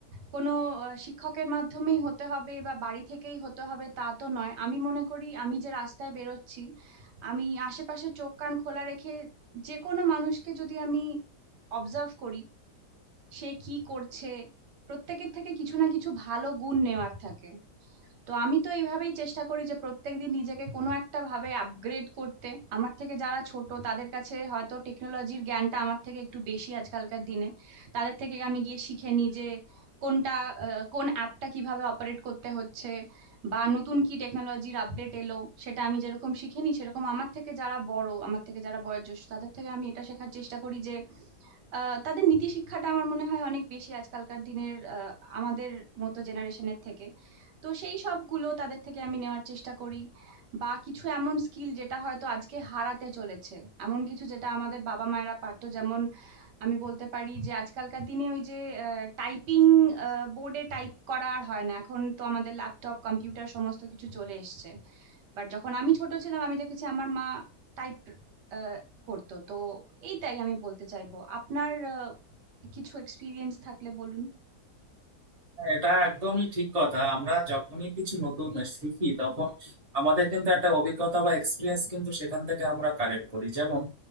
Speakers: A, on the right (about 85°); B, on the right (about 25°).
A: কোনো আহ, শিক্ষকের মাধ্যমেই হতে হবে বা বাড়ি থেকেই হতে হবে তা তো নয় আমি মনে করি আমি যে রাস্তায় বেরোচ্ছি আমি আশেপাশে চোখ কান খোলা রেখে যে কোনো মানুষকে যদি আমি অবজার্ভ করি সে কি করছে প্রত্যেকের থেকে কিছু না কিছু ভালো গুণ নেওয়ার থাকে তো আমি তো এইভাবেই চেষ্টা করি যে প্রত্যেকদিন নিজেকে কোনো একটা ভাবে আপগ্রেড করতে আমার থেকে যারা ছোট তাদের কাছে হয়তো টেকনোলজির জ্ঞানটা আমার থেকে একটু বেশি আজকালকার দিনে তাদের থেকে আমি গিয়ে শিখে নিই যে কোনটা আহ, কোন অ্যাপটা কিভাবে অপারেট করতে হচ্ছে বা নতুন কি টেকনোলজির আপডেট এলো সেটা আমি যেরকম শিখে নিই সেরকম আমার থেকে যারা বড় আমার থেকে যারা বয়োজ্যেষ্ঠ তাদের থেকে আমি এটা শেখার চেষ্টা করি যে আহ তাদের নীতি শিক্ষাটা আমার মনে হয় অনেক বেশি আজকালকার দিনের আহ, আমাদের মতো জেনারেশনের থেকে তো সেই সবগুলো তাদের থেকে আমি নেওয়ার চেষ্টা করি বা কিছু এমন স্কিল যেটা হয়তো আজকে হারাতে চলেছে এমন কিছু যেটা আমাদের বাবা মায়েরা পারতো যেমন আমি বলতে পারি যে আজকালকার দিনে ওই যে টাইপিং বোর্ডে টাইপ করা আর হয় না এখন তো আমাদের ল্যাপটপ কম্পিউটার সমস্ত কিছু চলে এসছে বাট যখন আমি ছোট ছিলাম আমি দেখেছি আমার মা টাইপ করতো তো এইটাই আমি বলতে চাইবো আপনার আহ, কিছু এক্সপিরিয়েন্স থাকলে বলুন
B: হ্যাঁ, এটা একদমই ঠিক কথা আমরা যখনই কিছু নতুন শিখি তখন আমাদের কিন্তু একটা অভিজ্ঞতা বা এক্সপিরিয়েন্স কিন্তু সেখান থেকে আমরা কালেক্ট করি যেমন